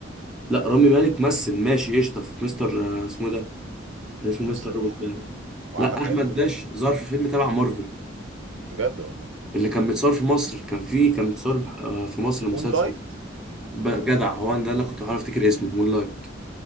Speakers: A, in the centre; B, on the right.
A: لا رامي مالك مثل ماشي قشطه في مستر آه، اسمه إيه ده كان اسمه
B: مستر
A: مستر روبوت
B: روبوت
A: باين
B: و... وعمل
A: لا
B: حاجات
A: احمد
B: كتير
A: داش ظهر في فيلم تبع مارفل
B: بجد والله
A: اللي كان متصور في مصر كان فيه كان متصور آه، في مصر المسلسل
B: مون لايت
A: ب- جدع هو أنا ده اللي كنت بعرف افتكر اسمه مون لايت